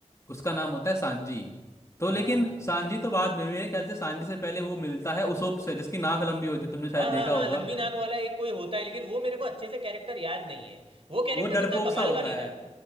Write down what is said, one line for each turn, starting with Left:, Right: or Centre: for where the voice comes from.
Left: उसका नाम होता है सांजी तो
Right: हाँ
Left: लेकिन सांजी तो बाद में मेरे ख्याल से सांजी से पहले वो मिलता है उसोप से जिसकी नाक लंबी होती है तुमने शायद
Right: हाँ
Left: देखा
Right: हाँ हाँ
Left: होगा
Right: लंबी नाक वाला एक कोई होता है लेकिन वो मेरे को अच्छे से कैरेक्टर याद नहीं है वो कैरेक्टर
Left: वो डरपोक
Right: उतना कमाल
Left: सा होता
Right: का नहीं
Left: है
Right: था